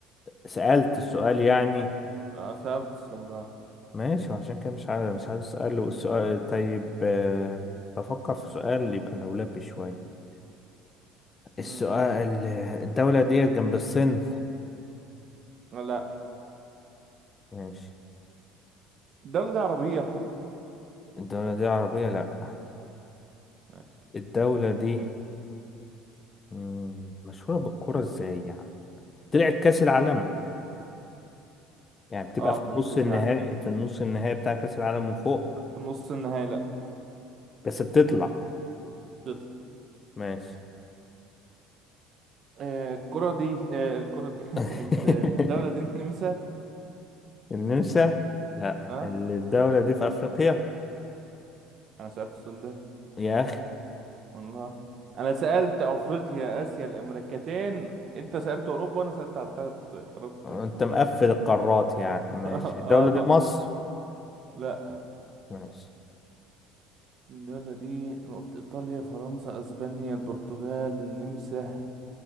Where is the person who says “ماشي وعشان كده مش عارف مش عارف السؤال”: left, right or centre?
Left